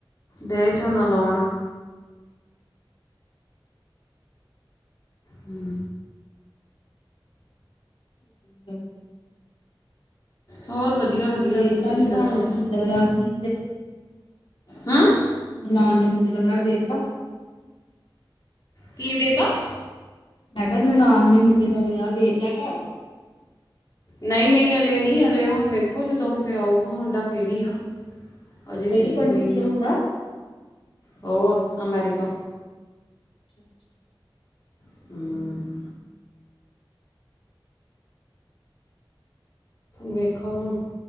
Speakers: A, on the left (about 40°); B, on the left (about 75°).
A: ਗਏ ਝੋਨਾ ਲੌਨ। ਹੂ
B: ਠ <inaudible>
A: ਹੋਰ ਵਧੀਆ ਵਧੀਆ
B: ਤੇ ਤੈਨੂੰ
A: ਤੁਸੀਂ ਦੱਸੋ
B: ਨਾ ਆਨੇ ਮੁਡੇ ਦਾ ਵੀਆਹ ਕੀ
A: ਹਾਂ
B: ਨਣਾਨ ਨੇ ਮੁੰਡੇ ਦਾ ਵੀਆਹ ਦੇਤਾ
A: ਕੀ ਦੇ ਤਾਂ
B: ਮੈਂ ਕਿਹਾ ਨਣਾਨ ਨੇ ਮੁੰਡੇ ਦਾ ਵਿਆਹ ਦੇੇਤਾ ਹੈਗਾ
A: ਨਹੀਂ ਨਹੀਂ ਅਜੇ ਨਹੀਂ ਅਜੇ ਹੁਣ ਵੇਖੋ ਜਦੋਂ ਕਿਤੇ ਆਊਗਾ ਮੁੰਡਾ ਫੇਰੀ ਈ ਆ ਅਜੇ
B: ਕਿਹੜੀ
A: ਤਾਂ ਨਹੀਂ
B: ਕੰਟਰੀ
A: ਕੋਈ ਵੀ
B: ਹੈ ਮੁੰਡਾ?
A: ਉਹ ਅਮੈਰੀਕਾ
B: ਅੱਛ ਅੱਛਾ
A: ਹੂ ਵੇਖੋ ਹੁਣ